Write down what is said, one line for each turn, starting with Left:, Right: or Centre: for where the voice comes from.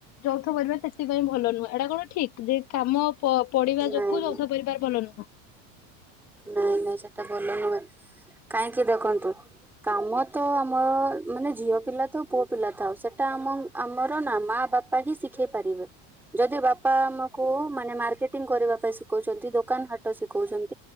Left: ଯୌଥ ପରିବା ସେଥିପାଇଁ ଭଲ ନୁହେଁ। ଏଇଟା କଣ ଠିକ ଯେ କାମ ପଡିବା
Centre: ନାଇଁ
Left: ଯୋଗୁଁ ଯୌଥ
Centre: ନାଇଁ
Left: ପରିବାର ଭଲ ନୁହଁ।
Centre: ନାଇଁ ନାଇଁ ସେଟା ଭଲନୁହେଁ। କାହିଁକି ଦେଖନ୍ତୁ କାମ ତ ଆମ ମାନେ ଝିଅ ପିଲା ତ ପୁଅ ପିଲା ଥାଉ ସେଟା ଆମ ଆମର ନା ମା ବାପା ହିଁ ଶିଖେଇ ପାରିବେ। ଯଦି ବାପା ଆମକୁ ମାନେ ମାର୍କେଟିଂ କରିବା ପାଇଁ ଶିଖଉଚନ୍ତି ଦୋକାନ ହାଟ ଶିଖଉଚନ୍ତି